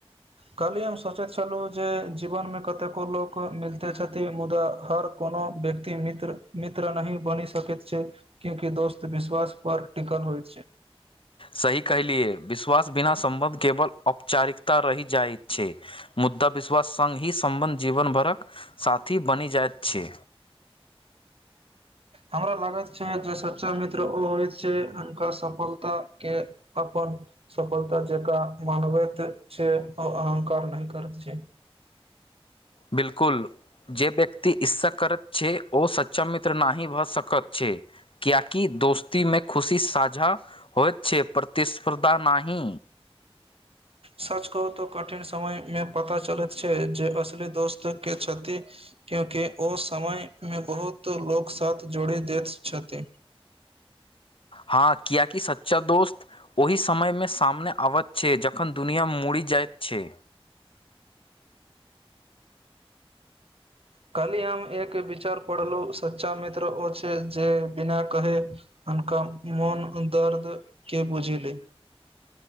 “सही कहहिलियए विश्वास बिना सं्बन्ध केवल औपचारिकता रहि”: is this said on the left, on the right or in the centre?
Left